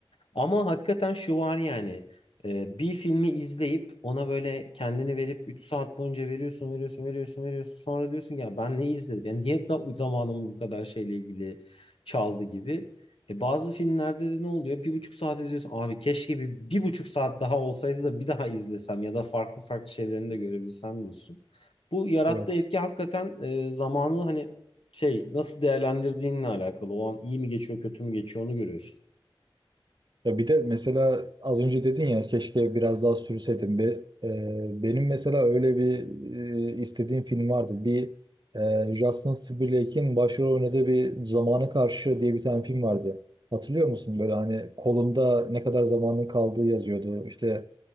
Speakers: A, on the left (about 75°); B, on the right (about 50°).
A: Ama hakikaten şu var yani. e, bir filmi izleyip ona böyle kendini verip 3 saat boyunca veriyorsun, veriyorsun, veriyorsun, veriyorsun. Sonra diyorsun ki, ya ben ne izledim? Yani niye za- zamanımı bu kadar şeyle ilgili çaldı gibi. E, bazı filmlerde de ne oluyor? Bir buçuk saat izliyorsun. Abi keşke bir, bir buçuk saat daha olsaydı da bir daha izlesem ya da farklı farklı şeylerini de görebilsem diyorsun. Bu yarattığı
B: Evet.
A: etki hakikaten e, zamanı hani şey nasıl değerlendirdiğinle alakalı. O an iyi mi geçiyor, kötü mü geçiyor onu görüyorsun.
B: Ya bir de mesela az önce dedin ya keşke biraz daha sürseydim. Be, e, benim mesela öyle bir e, istediğim film vardı. Bir e, Justin Timberlake'in başrol oynadığı bir Zamana Karşı diye bir tane film vardı. Hatırlıyor musun? Böyle hani kolunda ne kadar zamanın kaldığı yazıyordu. İşte